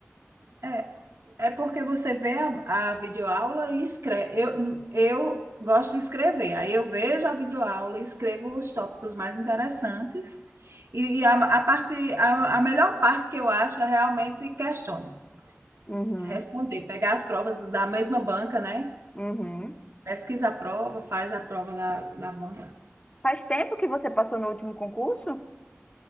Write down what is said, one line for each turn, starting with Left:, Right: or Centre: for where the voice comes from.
Right: É, É porque você vê a, a videoaula e escreve. Eu, eu gosto de escrever, aí eu vejo a videoaula e escrevo os tópicos mais interessantes. E, e a, a parte, a, a melhor parte que eu acho é realmente questões.
Left: Uhum,
Right: Responder, pegar as provas da mesma banca, né?
Left: uhum.
Right: Pesquisa a prova, faz a prova da, da banca.
Left: Faz tempo que você passou no último concurso?